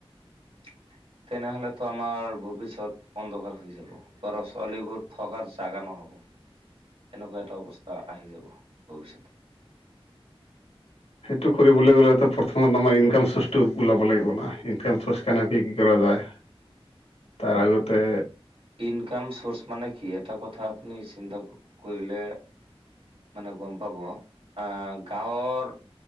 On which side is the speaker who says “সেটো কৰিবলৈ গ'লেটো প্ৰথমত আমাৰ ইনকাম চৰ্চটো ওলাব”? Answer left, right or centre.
Left